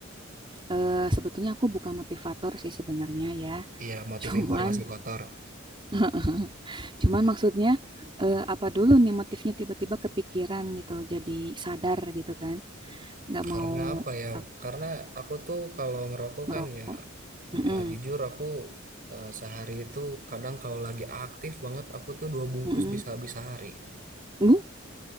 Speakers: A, on the right; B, on the right.
A: eh, sebetulnya aku bukan motivator sih sebenarnya ya.
B: Iya, motif
A: Cuman,
B: informasi kotor.
A: <laughs> cuman maksudnya eh, apa dulu nih motifnya tiba-tiba kepikiran gitu. Jadi sadar gitu kan. Nggak
B: Karena
A: mau
B: apa ya?
A: ap-
B: Karena aku tuh kalau ngerokok
A: merokok.
B: kan ya,
A: Mm-mm.
B: ya jujur aku eh, sehari itu kadang kalau lagi aktif banget aku tuh dua bungkus
A: Mm-mm.
B: bisa habis sehari.
A: Bu,